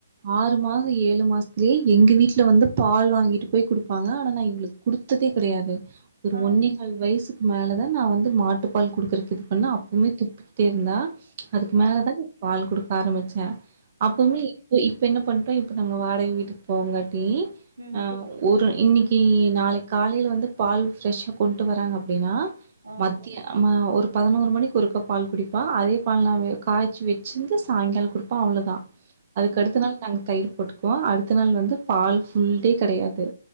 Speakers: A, on the right (about 40°); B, on the right (about 85°).
A: ஆறு மாச ஏழு மாசத்திலே எங்க வீட்ல வந்து பால் வாங்கிட்டு போய் குடுப்பாங்க ஆனா நா இவ்ளுக் குடுத்ததே கெடையாது ஒரு
B: ஆ
A: ஒன்னேகால் வயசு மேலே தான் நா வந்து மாட்டுப்பால் குடுக்குறக்கு அப்பவுமே துப்பிகிட்டே இருந்தா அதுக்கு
B: ஆ
A: மேல தா பால் குடு க ஆரமிச்ச அப்பவுமே
B: ஆ
A: இப்பொ இ இப்ப என்ன பண்டோ இப்ப நாங்க வாடகை வீட்டுக் போங்காட்டி டி
B: ம்
A: ஒரு இன்னிக்கு <unintelligible> காலைல வந்து பால் ஃப்ரெஷ்ஷா கொண்ட்டு வராங்க அப்டின்னா
B: ஆ
A: மத்திய ம ஒரு பதனோரு மணிக்கு ஒருக்க பால் குடிப்பா அதே பால் நா காய்ச்சு வெச்சின்டு சாயங்காலொ குடுப்ப அவ்ளோ தா அதுக்கடுத்த
B: ம்
A: நாள் நாங்க தயிர் போட்டுக்குவோ அடுத்த நாள் வந்து பால் ஃபுல்டே கெடையாது